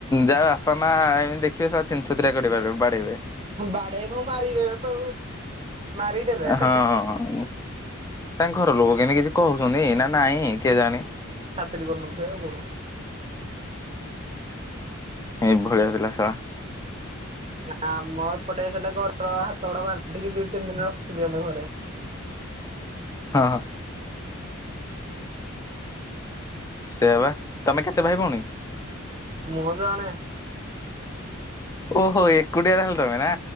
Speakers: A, on the left (about 15°); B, on the right (about 30°).
A: ଯାହା ବାପା ମା ଏମିତି ଦେଖିବେ ଶଳା ଛିନ ଛତରିଆ କରି ବାଦେ ବଡେଇବେ।
B: ହଁ ବାଡ଼େଇବେ କନ ମାରିଦେବେ ତ ମାରି ଦେବେ
A: ହଁ
B: ହେଁ ହେଁ।
A: ତାଙ୍କ ଘର ଲୋକ କେମତି କିଛି କହୁଛନ୍ତି ନା ନାଇଁ କେଜାଣି।
B: ଖାତିରି କରୁନଥିବେ ଆଉ କଣ।
A: ଏଇ ଭଳିଆ ପିଲା ଶଳା-
B: ନା ଆମ ଏପଟେ ହେଇଥିଲେ ଘର ହାତ ଗୋଡ ବାନ୍ଧିକି ଦି ତିନି ଦିନ ରଖିଦିଅନ୍ତେ ଘରେ।
A: ହଁ ହଁ। ସେଇଆ ବା ତମେ କେତେ ଭାଇ ଭଉଣୀ?
B: ମୁଁ ଜଣେ।
A: ଓହୋ ଏକୁଟିିଆ ତାହେଲେ ତମେ ନା।